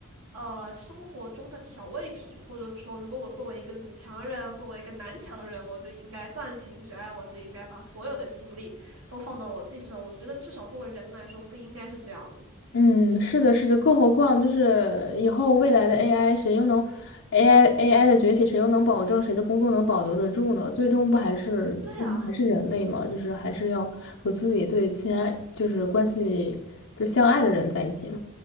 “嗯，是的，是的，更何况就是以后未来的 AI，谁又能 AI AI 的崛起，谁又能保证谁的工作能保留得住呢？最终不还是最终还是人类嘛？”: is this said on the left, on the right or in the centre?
Left